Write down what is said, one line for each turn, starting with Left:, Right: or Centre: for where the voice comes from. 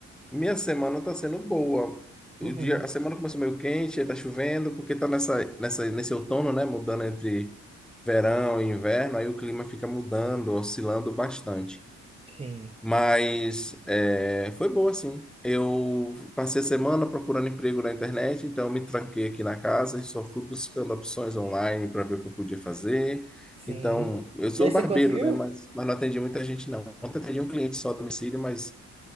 Centre: Minha semana tá sendo boa.
Right: Uhum.
Centre: O dia, a semana começou meio quente, aí tá chovendo, porque tá nessa, nessa, nesse outono, né? Mudando entre verão e inverno, aí o clima fica mudando, oscilando bastante.
Right: Sim,
Centre: Mas é, foi boa, sim. Eu passei a semana procurando emprego na internet, então eu me tranquei aqui na casa e só fui buscando opções online para ver o que eu podia fazer.
Right: sim.
Centre: Então, eu sou
Right: E aí
Centre: barbeiro,
Right: você conseguiu?
Centre: né? Mas, mas não atendi muita gente, não. Ontem atendi um cliente só a domicílio, mas.